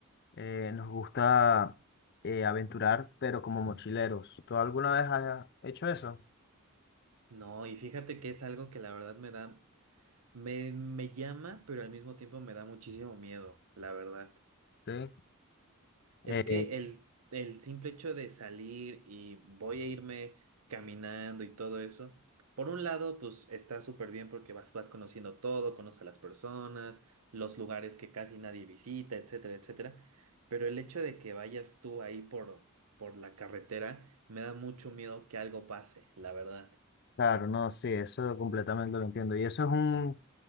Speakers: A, on the left (about 50°); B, on the right (about 75°).
A: eh, nos gusta eh, aventurar, pero como mochileros. ¿Tú alguna vez has hecho eso?
B: No, y fíjate que es algo que la verdad me da, me, me llama, pero al mismo tiempo me da muchísimo miedo, la verdad.
A: Sí.
B: Es
A: Eh,
B: que el, el simple hecho de salir y voy a irme caminando y todo eso, por un lado, pues está súper bien porque vas, vas conociendo todo, conoces a las personas, los lugares que casi nadie visita, etcétera, etcétera. Pero el hecho de que vayas tú ahí por, por la carretera, me da mucho miedo que algo pase, la verdad.
A: claro, no, sí, eso completamente lo entiendo. Y eso es un